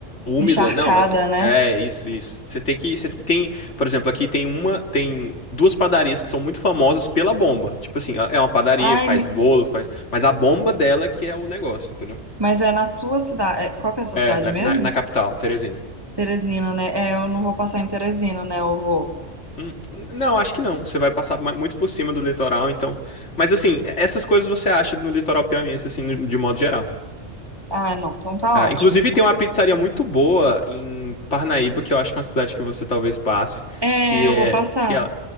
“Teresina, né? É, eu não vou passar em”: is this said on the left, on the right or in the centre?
Right